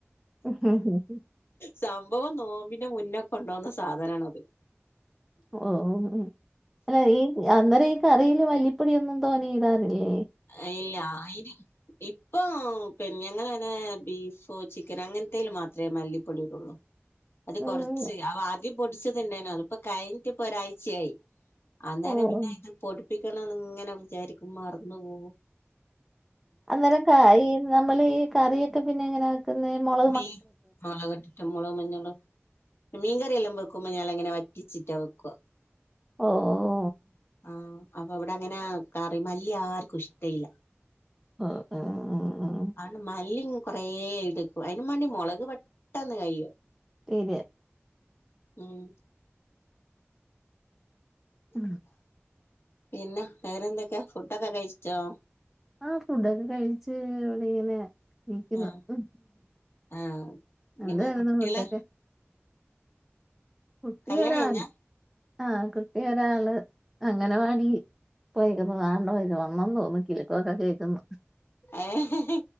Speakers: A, in the centre; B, on the left (about 60°).
A: <unintelligible>
B: സംഭവം നോമ്പിന്റെ മുന്നെ കൊണ്ടുവന്ന സാധനാണത്
A: ഓ ഓഹ് ഉം ഉം അല്ല ഈ അന്നേരം ഈ കറിൽ മല്ലിപ്പൊടിയൊന്നും തോനയിടാറില്ലേ
B: ഇല്ലാ അയിന് ഇപ് ഇപ്പൊ പി ഞങ്ങൾ അങ്ങനെ ബീഫോ ചിക്കനോ അങ്ങനത്തേലു മാത്രേ മല്ലിപ്പൊടി ഇടുള്ളൂ അത്
A: ഉം
B: കൊറച്ച് അവ ആദ്യം പൊടിച്ചത്ണ്ടായിന അതിപ്പോ കഴിഞ്ഞിട്ട ഇപ്പൊ ഒരാഴ്ചയായി അന്നേരം
A: ഓഹ്
B: പിന്നെ ഇത് പൊടിപ്പിക്കണം ന്ന് ഇങ്ങനെ വിചാരിക്കും മറന്നു പോവു
A: അന്നേരം ക ഈ നമ്മൾ ഈ കറിയൊക്കെ പിന്നെ എങ്ങനെ വെ ക്കുന്നെ മൊളക്
B: മീ മുളക മ മുളോ മഞ്ഞളോ മീൻകറിയെല്ലാം വെക്കുമ്പോ ഞൻ അങ്ങനെ വറ്റിച്ചിട്ടാ വെക്കുവ
A: ഓഹ്
B: ആഹ് അപ്പൊ അവിടെ അങ്ങനെ കറി മല്ലി ആർക്കും ഇഷ്ടഇല്ല
A: ആഹ്
B: ആണ് മല്ലി കൊറേ ഈടുക്കും അതിന് വേണ്ടി മുളക് പെട്ടെന്ന് കയ്യും
A: തീരി
B: ഉം
A: ഉം <unintelligible>
B: പിന്നെ വേറെന്തൊക്കെ ഫുഡൊക്കെ കഴിച്ചോ
A: ആ ഫുഡൊക്കെ കഴിച്ച് ഇവിടെ ഇങ്ങനെ നിക്കുന്ന
B: ആഹ്
A: ഉ
B: ആഹ് പിന്നെ
A: എന്ത ആയിരുന്നു
B: കുട്ടികളെ
A: ഫുഡൊക്കെ കുട്ടി
B: കല്യാണം
A: ഒരാള്
B: കഴിഞ്ഞാ
A: ആഹ് കുട്ടി ഒരാള് അംഗനവാടി <unintelligible> ആണ്ട പോ വന്നന്ന് തോന്നുന്നു കിലിക്കോക്കെ കേൾക്കുന്നു
B: ഏഹെ ഹെ